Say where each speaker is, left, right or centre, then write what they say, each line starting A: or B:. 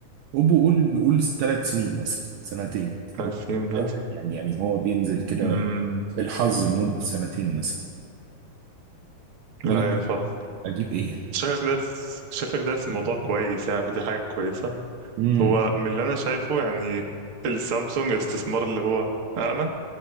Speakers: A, on the right; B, on the right.
A: هوب قول نقول ثلاث سنين مثلا سنتين
B: تقسيم ده
A: هو يعني يعني هو بينزل كده
B: امم
A: بالحظ لمدة سنتين مثلا
B: لا
A: انا
B: يا فا
A: اجيب ايه
B: شكلك دارس شكلك دارس الموضوع كويس يعني فدي حاجة كويسة
A: امم
B: هو من اللي انا شايفه يعني السامسونج استثمار اللي هو أأمن